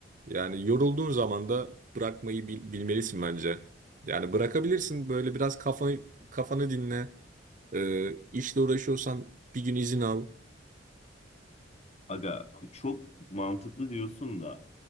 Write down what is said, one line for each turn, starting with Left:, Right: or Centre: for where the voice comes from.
Right: Yani yorulduğun zaman da bırakmayı bil- bilmelisin bence. Yani bırakabilirsin böyle biraz kafanı kafanı dinle. Ee, işle uğraşıyorsan bir gün izin al.
Left: Aga çok mantıklı diyorsun da